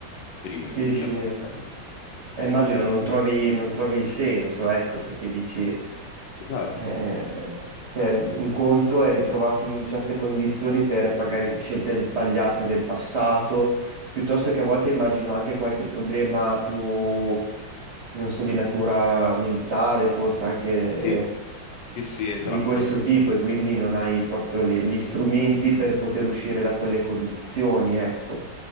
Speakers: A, on the left; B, on the right.
A: prima
B: sì.
A: di
B: sì. sì.
A: approcciarmi.
B: Eh, immagino
A: realmente.
B: non trovi, non trovi il senso, ecco, perché dici,
A: Esatto.
B: eh, cioè, un conto è ritrovarsi in certe condizioni per magari scelte sbagliate del passato, piuttosto che a volte immagino anche qualche problema più, non so, di natura mentale, forse anche
A: Sì,
B: eh,
A: sì, sì, esatto,
B: di questo tipo e quindi non hai proprio le- gli strumenti per poter uscire da quelle condizioni, ecco.